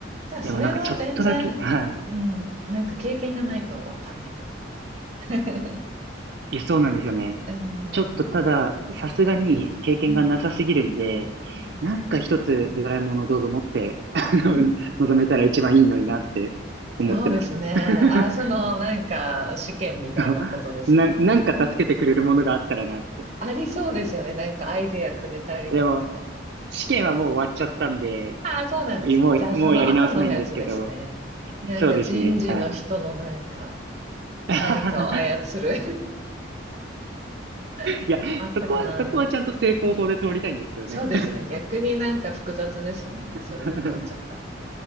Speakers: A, on the right; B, on the right.
A: じゃあ、それは全然、
B: でもなんかちょっとだけ、はい。
A: うん、なんか経験がないとわかんないことです。<laughs>
B: いや、そうなんですよね。
A: うん、
B: ちょっとただ、
A: う
B: さすがに経験がなさすぎるんで、
A: ん、うん、
B: なんか一つドラえもんの道具持って、<laughs> あの、
A: うん。
B: 臨めたら一番いいのになって思ってます。
A: そうですね。
B: <laughs>
A: あ、その、なんか、試験みたいなことですか。
B: そうな、なんか助けてくれるものがあったらなって。
A: ありそうですよね。なんかアイディアくれたりとか。
B: でも、試験はもう終わっちゃったんで、
A: ああ、そうなんですか。
B: もう、
A: じゃあ、
B: もうやり直せないんですけど、
A: その後のやつですね。なんか人事の人のなんか、
B: そうですね、はい。<laughs>
A: 何かを操る <laughs>
B: いや、
A: あったかな。
B: そこは、そこはちゃんと成功法で通りたいんですけどね。
A: そうですね。逆になんか複雑ですもんね。
B: <laughs>
A: それで通っちゃったら。